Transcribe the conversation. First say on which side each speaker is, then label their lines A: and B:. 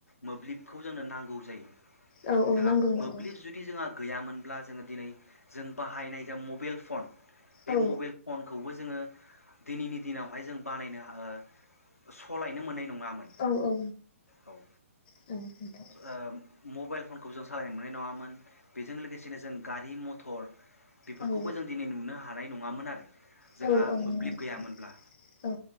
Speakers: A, on the left; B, on the left.
A: मोब्लिबखौ जोंनो नांगौ जायो
B: औ औ
A: जोंहा
B: नंगौ नंगौ
A: मोब्लिब जुदि जोंहा गैयामोन ब्ला जों दिनै जों बाहायनाय जा मबेल फन बे
B: औ
A: मबेल फनखौबो जोङो दिनैनि दिनावहाय जों बानायनो ओ सलायनो मोननाय नङामोन
B: औ औ नंगौ
A: औ ओ
B: औ नोंथां
A: ओ मबाइल फनखौ जों सालायनो मोननाय नङामोन बेजों लोगोसेनो जों गारि मथर बेफोरखौबो
B: औ
A: जों दिनै नुनो हानाय नङामोन आरो। जोंहा
B: औ औ औ
A: मोब्लिब
B: नंगौ नोंथां
A: गैयामोनब्ला।
B: औ